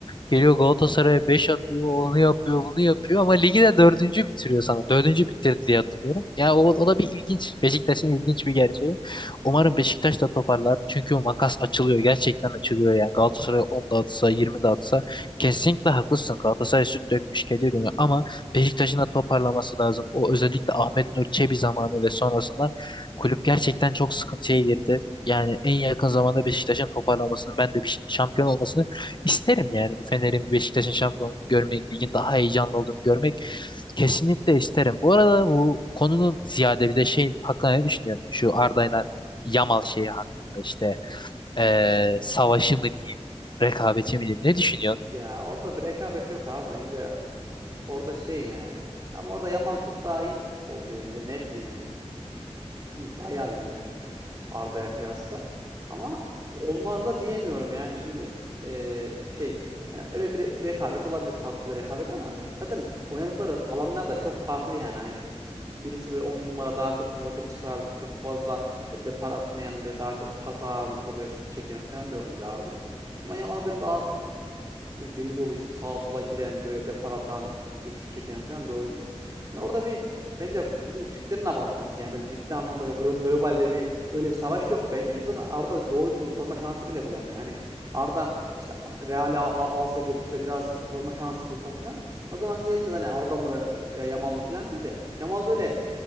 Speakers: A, on the left; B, on the right.
A: Geliyor Galatasaray'a 5 atıyor, onu yapıyor, bunu yapıyor ama ligi de dördüncü bitiriyor sana. Dördüncü bitirdi diye hatırlıyorum. Ya o, o da bir ilginç. Beşiktaş'ın ilginç bir gerçeği. Umarım Beşiktaş da toparlar. Çünkü o makas açılıyor. Gerçekten açılıyor yani. Galatasaray 10 dağıtsa, 20 dağıtsa kesinlikle haklısın. Galatasaray süt dökmüş gece dönüyor ama Beşiktaş'ın da toparlaması lazım. O özellikle Ahmet Nur Çebi zamanı ve sonrasında kulüp gerçekten çok sıkıntıya girdi. Yani en yakın zamanda Beşiktaş'ın toparlamasını, ben de bir şampiyon olmasını isterim yani. Bir Fener'in, bir Beşiktaş'ın şampiyonluğunu görmek, ligin daha heyecanlı olduğunu görmek kesinlikle isterim. Bu arada bu konunun ziyade bir de şey hakkında ne düşünüyorsun? Şu Arda'yla Yamal şeyi hakkında işte eee, savaşı mı diyeyim, rekabeti mi diyeyim ne düşünüyorsun?
B: Ya orada bir rekabet yok abi bence orada şey yani. Ama orada Yamal çok daha iyi bir futbolcu bence net yani. Çünkü bayağı iyi yani Arda'ya kıyasla. Ama olmaz da diyemiyorum yani şimdi eee, şey yani öyle bir re- rekabet olabilir tatlı bir rekabet ama zaten oynadıkları alanlar da çok farklı yani. Hani birisi böyle 10 numara daha çok Modric tarzı çok fazla böyle depar atmayan böyle daha çok pas ağırlıklı böyle şut çeken falan bir oyuncu Arda. Ama Yamal böyle daha böyle deli dolu işte sağa sola giren böyle depar atan işte şut çeken falan bir oyuncu. Yani orada bir bence bizim Türklerin abartması yani böyle ciddi anlamda ve glo- globalde bir öyle bir savaş yok bence. Çünkü zaten Arda doğru düzgün forma şansı bile bulamıyor. Hani Arda işte Real'i al- alsa götürse biraz forma şansı bulsa falan. O zaman diyebiliriz hani Arda mı e, Yamal mı falan değil de Yamal böyle